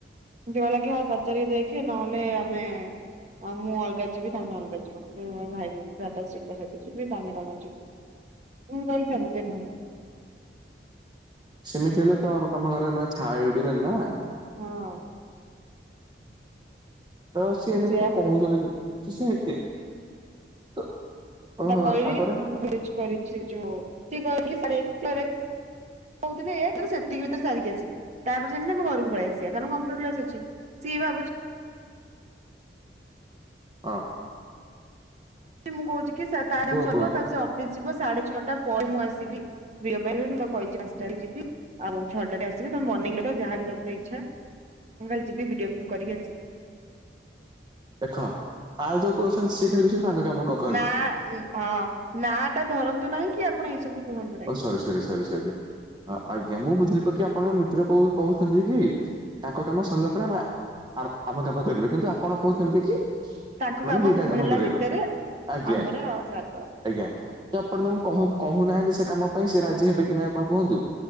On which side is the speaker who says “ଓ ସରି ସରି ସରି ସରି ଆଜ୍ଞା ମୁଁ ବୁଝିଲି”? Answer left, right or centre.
Right